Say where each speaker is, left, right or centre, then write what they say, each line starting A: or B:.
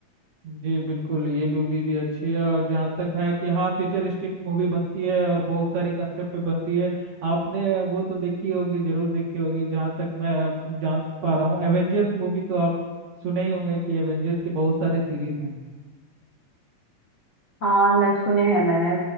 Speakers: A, on the right; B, on the left.
A: जी बिल्कुल ये मूवी भी अच्छी है और जहाँ तक है कि हाँ फ्यूचरिस्टिक मूवी बनती है और बहुत सारे कंसेप्ट पे बनती है आपने वो तो देखी होगी जरूर देखी होगी जहाँ तक मैं आप जान पा रहा हूँ एवेंजर्स मूवी तो आप सुने ही होंगे कि एवेंजर्स के बहुत सारे सीरीज हैं
B: हाँ मैं सुने हैं मैंने